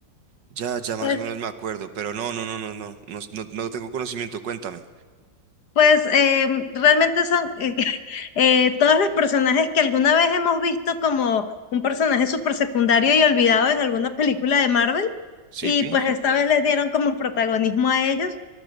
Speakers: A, on the right; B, on the left.
A: ya, ya más
B: pues
A: o menos me acuerdo, pero no, no, no, no, no, no, no, no tengo conocimiento, cuéntame.
B: pues eh, realmente son <laughs> eh, eh, todos los personajes que alguna vez hemos visto como un personaje súper secundario y olvidado en alguna película de Marvel.
A: ¿Sí,
B: Y
A: Pi?
B: pues esta vez les dieron como protagonismo a ellos.